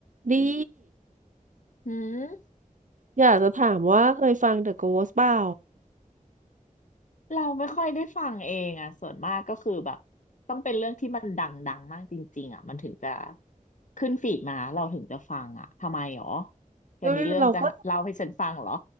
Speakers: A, on the right (about 65°); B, on the left (about 65°).
A: ดี
B: หืม
A: อยากจะถามว่าเคยฟัง The Ghost เปล่า
B: เราไม่ค่อยได้ฟังเองอ่ะส่วนมากก็คือแบบต้องเป็นเรื่องที่มันดังๆมากจริงๆอ่ะมันถึงจะขึ้นฟีดมาเราถึงจะฟังอ่ะทำไมหรอแกมีเรื่องจะเล่าให้ฉันฟังเหรอ
A: เอเราก็